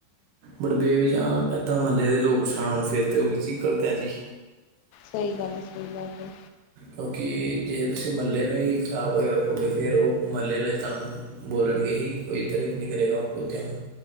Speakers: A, on the right (about 80°); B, on the left (about 85°).
A: ਬਟ ਬੇਵਜਾ ਏਦਾਂ ਮਹੱਲੇ ਦੇ ਲੋਕ ਪਰੇਸ਼ਾਨ ਹੋਣ ਤਾਂ ਫਿਰ ਤੇ ਓ ਵੀ ਚੀਜ ਗਲਤ ਹੈ ਜੀ।
B: ਸਹੀ ਗੱਲ ਹੈ। ਸਹੀ ਗੱਲ ਹੈ।
A: ਕਿਉਂਕਿ ਜੇ ਤੁਸੀਂ ਮਹੱਲੇ ਨੂੰ ਹੀ ਖਰਾਬ ਕਰਕੇ ਰੱਖੋਗੇ ਫਿਰ ਉਹ ਮਹੱਲੇ ਵਾਲੇ ਤੁਹਾਨੂੰ ਬੋਲਣਗੇ ਹੀ ਕੋਈ ਤਾਰੀਫ ਨਹੀਂ ਕਰੇਗਾ ਕੁੱਤਿਆਂ ਨੂੰ